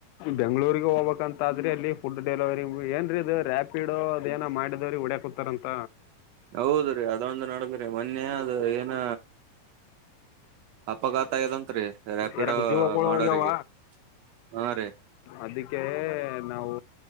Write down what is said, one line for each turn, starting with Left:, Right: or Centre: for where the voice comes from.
Left: ಬೆಂಗಳೂರಿಗೆ ಹೋಗ್ಬೇಕಂತಾದ್ರೆ ಅಲ್ಲಿ ಫುಡ್ ಡೆಲಿವರಿ ಏನ್ರೀ ಇದು ರಾಪಿಡೋ ಅದೇನೋ ಮಾಡಿದವ್ರೀಗೆ ಒಡ್ಯಕ್ ತರಂತ
Right: ಹೌದ್ರೀ ಅದೊಂದು ನಡದ್ರೀ ಮೊನ್ನೆ ಅದು ಏನ್ನ ಅಪಘಾತ ಆಗ್ಯಾದಂತ್ರಿ ರಾಪಿಡೋ
Left: ಎರಡು ಜೀವಗಳು
Right: ಮಾಡೋರಿಗೆ.
Left: ಹೋಗ್ಯಾವ
Right: ಹಾ ರೀ
Left: ಅದಕ್ಕೆ ನಾವು